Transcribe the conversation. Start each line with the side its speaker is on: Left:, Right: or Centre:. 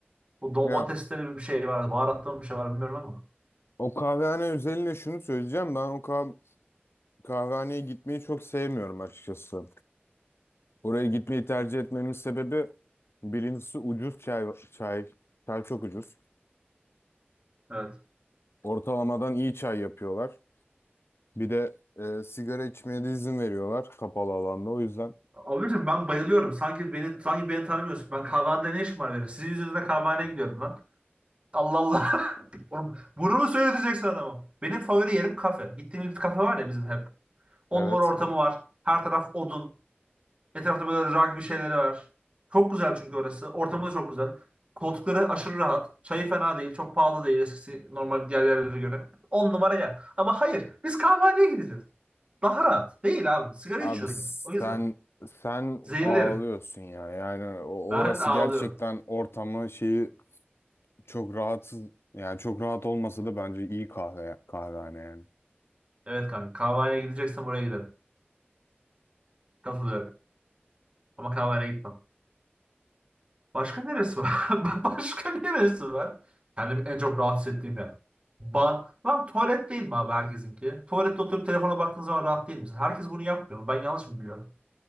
Right: Bu domatesleri
Left: Ya
Right: bir şey var. Baharatlı mı bir şey var bilmiyorum ama.
Left: o kahvehane özelinde şunu söyleyeceğim. Ben o kah kahvehaneye gitmeyi çok sevmiyorum açıkçası. Oraya gitmeyi tercih etmemin sebebi birincisi ucuz çay. Çay, çay çok ucuz.
Right: Evet.
Left: Ortalamadan iyi çay yapıyorlar. Bir de e, sigara içmeye de izin veriyorlar kapalı alanda. O yüzden
Right: Abicim ben bayılıyorum. Sanki beni sanki beni tanımıyorsun. Ben kahvehanede ne işim var benim? Sizin yüzünüzden kahvehaneye gidiyorum lan. Allah Allah. <laughs> Oğlum, Bunu mu söyleteceksin adama? Benim favori yerim kafe. Gittiğimiz bir kafe var ya bizim hep. On
Left: evet.
Right: numara ortamı var. Her taraf odun. Etrafta böyle rugby şeyleri var. Çok güzel çünkü orası. Ortamı da çok güzel. Koltukları aşırı rahat. Çayı fena değil. Çok pahalı değil eskisi normal diğer yerlere göre. On numara yer. Ama hayır. Biz kahvehaneye gideceğiz. Daha rahat. Değil abi. Sigara
Left: Abi
Right: içiyoruz.
Left: sen
Right: O yüzden.
Left: sen
Right: Zehirli
Left: ağlıyorsun
Right: herif.
Left: ya. Yani o-
Right: Ben
Left: orası
Right: ağlıyorum.
Left: gerçekten ortamı şeyi Çok rahatsız yani çok rahat olmasa da bence iyi kahve kahvehane yani.
Right: Evet kanka. Kahvehaneye gideceksen buraya gidelim. Katılıyorum. Ama kahvehaneye gitmem. Başka neresi var? <laughs> Başka neresi var? Kendimi en çok rahatsız ettiğim yer. Ban. Lan tuvalet değil mi abi herkesinki? Tuvalette oturup telefona baktığın zaman rahat değil misin? Herkes bunu yapmıyor mu? Ben yanlış mı biliyorum?